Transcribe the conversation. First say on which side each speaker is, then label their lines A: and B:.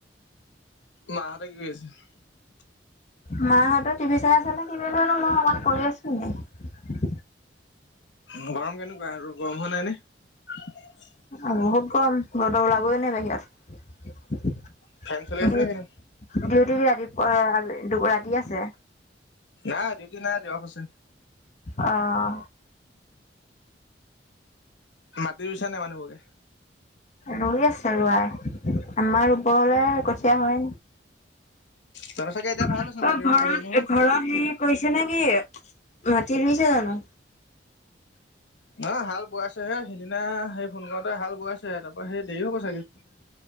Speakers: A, on the left; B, on the left.
A: মাহঁতে কি কৰি আছে?
B: মাহঁতৰ টিভি চাই আছে নে কি বুলি হলো মই অকণমান কৰি আছো দেই?
A: গৰম কেনেকুৱা গৰম হোৱা নাই নেকি?
B: অ বহুত কম ঘৰতো ওলাবই নেলাগে আউ। ডিউ-
A: ফেন চলি আছে নে কেনে?
B: ডিউটি ৰাতি আ দু ৰাতি আছে।
A: নাই ডিউটি নাই আজি অফ আছে।
B: অঁ।
A: মাটি ৰুইছা নাই মানুহবোৰে?
B: ৰৈ আছে ৰোৱাই, আমাৰ ওপৰলৈ কঠীয়া হয়।
A: তহঁতৰ চাগে এতিয়া ভাল
B: তই
A: হৈছে মাটি ৰুবলৈ
B: ঘৰত
A: হেৰি নহয়
B: ঘৰত হেৰি কৰিছে নে কি? মাটি ৰুইছে জানো।
A: অ হাল বোৱাইছে হে সিদিনা সেই ফোন কৰতে হাল বোৱাইছে, তাৰপা সেই দেৰি হ'ব চাগে।